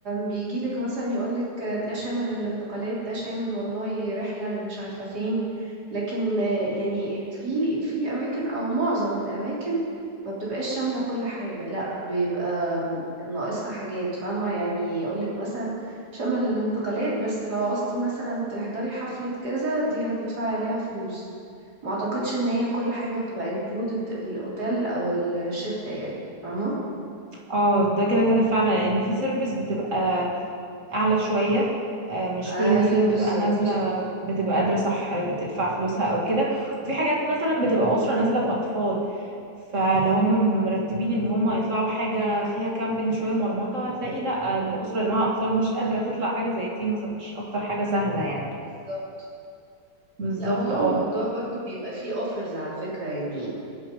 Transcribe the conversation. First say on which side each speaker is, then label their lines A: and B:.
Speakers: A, on the right; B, on the right.
A: بيجي لك مثلا يقول لك ده شامل الانتقالات ده شامل والله رحلة اللي مش عارفة فين لكن آه، يعني في في أماكن أو معظم الأماكن ما بتبقاش شاملة كل حاجة لا بيبقى ناقصها حاجات فاهمة يعني يقول لك مثلا شامل الانتقالات بس لو عوزتي مثلا تحضري حفلة كذا دي هتدفعي عليها فلوس ما اعتقدش ان هي كل حاجة بتبقى included الاوتيل او الشركة يعني فاهمة
B: اه ده كده كده فعلا لأن في سيرفيس بتبقى أعلى شوية آه، مش كل
A: ايوه
B: الناس اللي بتبقى
A: بالظبط
B: نازلة بتبقى قادرة صح آه، تدفع فلوسها أو كده وفي حاجات مثلا بتبقى أسرة نازلة بأطفال فلو هم مرتبين ان هم يطلعوا حاجة فيها كامبينج شوية مرمطة هتلاقي لا الأسرة اللي معاها أطفال مش قادرة تطلع حاجة زي دي مثلا مش أكتر حاجة سهلة يعني
A: بالظبط
B: بالظبط
A: لا هو
B: اه
A: الموضوع برضو بيبقى فيه اوفرز على فكرة يعني